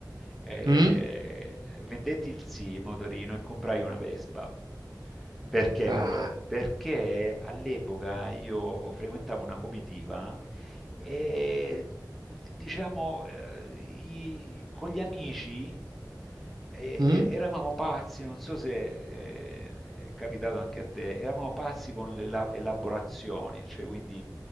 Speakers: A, in the centre; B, on the right.
A: eh,
B: Mm?
A: vendetti il sì motorino e comprai una Vespa. Perché
B: Ah,
A: però? Perché all'epoca io frequentavo una comitiva e diciamo, eh, i- con gli amici eh,
B: Mm?
A: e- eravamo pazzi, non so se eh, è capitato anche a te, eravamo pazzi con le la- elaborazioni, cioè quindi